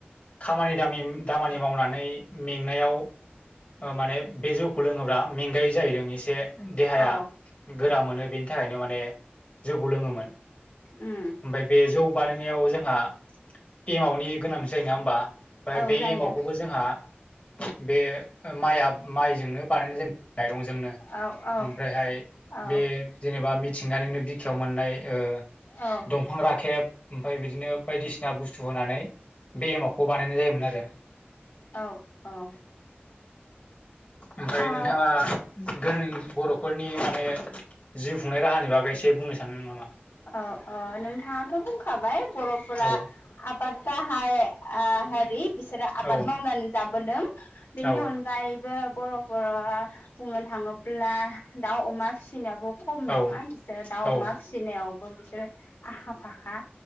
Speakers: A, on the left; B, on the left.
A: खामानि दामानि मावनानै मेंनायाव माने बे जौखौ लोंङोब्ला मेंगायै जाहैदों एसे देहाया
B: औ
A: गोरा मोनो बेनि थाखाय थाखायनो माने जौखौ लोंङोमोन
B: उम
A: ओमफ्राय बे जौ बानायनायाव जोंहा एमावनि गोनां जायो ना होमबा ओमफ्राय
B: औ
A: बे
B: जायो
A: एमावखौ जोंहा बे माइआ माइजोंनो बानायनाय जायो मायरंजोंनो
B: औ औ
A: ओमफ्रायहाय
B: औ
A: बे जेनेबा मिथिंगानिनो बि- खायाव मोननाय ओ
B: औ
A: दंफां राखेब ओमफ्राय बिदिनो बायदिसिना बुस्थु होनानै बे एमावखौ बानायनाय जायोमोन आरो
B: औ औ
A: ओमफाय
B: औ
A: नोंथाङा जों बर'फोरनि माने जिउ खुंनाय राहानि बागै एसे बुंनो सानदों नामा?
B: औ औ नोंथाङाथ' बुंखाबाय बर'फोरा
A: औ
B: आबाद गाहाय आ हारि बिसोरो आबाद
A: औ
B: मावनानै जाबोदों बेनि
A: औ
B: अनगायैबो बर'फोरा' बुंनो थाङोब्ला दाउ अमा फिसिनायावबो खम नङा
A: औ
B: बिसोरो दाउ
A: औ
B: अमा फिसिनायावबो बिसोरो आखा फाखा